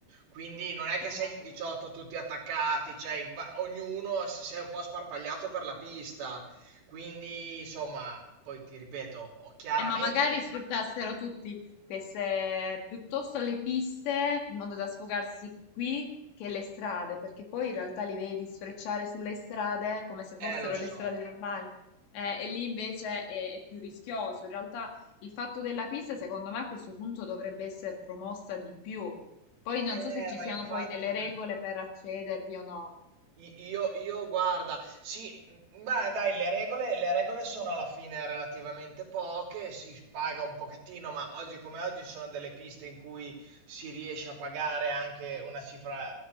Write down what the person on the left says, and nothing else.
esatto.
Eh, ma magari sfruttassero tutti queste, piuttosto le piste, in modo da sfogarsi qui che le strade, perché poi in realtà li vedi sfrecciare sulle strade come se fossero
le strade normali. Eh, e lì invece è, è più rischioso. In realtà il fatto della pista, secondo me, a questo punto dovrebbe essere promossa di più. Poi non
so se ci
siano
poi delle regole per accedervi o no.